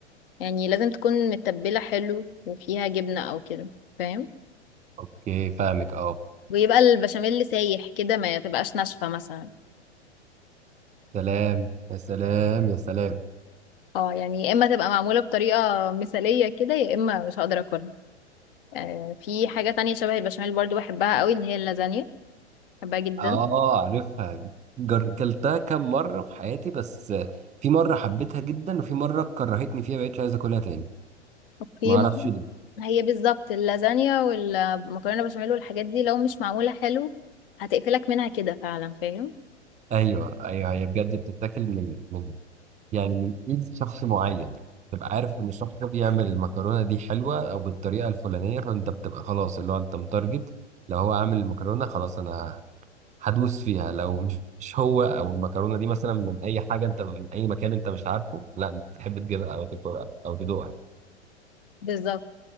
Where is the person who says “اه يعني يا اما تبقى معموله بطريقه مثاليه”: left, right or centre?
Left